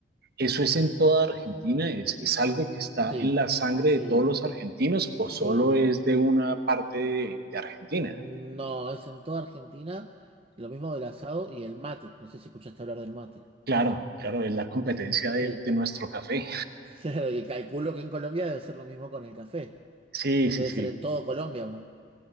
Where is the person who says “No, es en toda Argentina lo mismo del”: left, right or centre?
Right